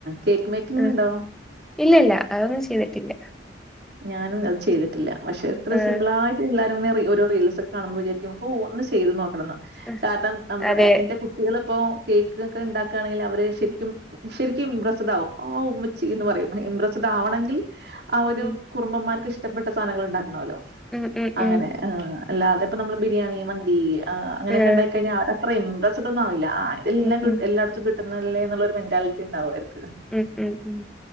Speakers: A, on the right (about 60°); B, in the centre.
A: കേക്ക് മേക്കിംഗ്
B: ആഹ്
A: ഉണ്ടോ?
B: ഇല്ലല്ല അതൊന്നും ചെയ്തിട്ടില്ല
A: ഞാനും അത് ചെയ്തിട്ടില്ല പക്ഷെ ഇത്ര
B: ആഹ്
A: സിമ്പപിളാ എല്ലാരും ഇ ഒരു റീൽസ് കാണുമ്പോ വിചാരിക്കും ഓഹ് ഒന്ന് ചെയ്ത് നോക്കണം
B: ആഹ്
A: കാരണം നമ്മുടെ
B: അതെ
A: എന്റെ കുട്ട കുട്ടികള് പ്പോ കേക്ക്ക്കെ ണ്ടാക്കാണെങ്കിൽ അവര് ശരിക്കും ശരിക്കും ഇംപ്രസ്ഡാവും ആഹ് ഇമ്മിച്ചി എന്ന് പറയും ഇംപ്രസ്ഡാവണെങ്കിൽ ആഹ് ഒരു
B: ഉം
A: കുറുംബന്മാർക്ക് ഇഷ്ടപ്പെട്ട സാധനങ്ങൾ ഉണ്ടാക്കണമല്ലോ
B: ഉം ഉം
A: അങ്ങനെ
B: ഉം
A: ആഹ് അല്ലാതെപ്പൊ നമ്മള് ബിരിയാണി മന്തി ആഹ് അങ്ങനൊക്കെ
B: ആഹ്
A: ണ്ടായിക്കഴിഞ്ഞാ ആരാ അത്ര ഇംപ്രസ്ഡ് ഒന്നുംആവില്ല ആതല്ലാം
B: ഉം
A: ക
B: ഉം
A: എല്ലായിടത്തും കിട്ടുന്നില്ലേ എന്നുള്ളരു മെന്റാലിറ്റി ഉണ്ടാവും അവർക്
B: ഉം ഉം ഉം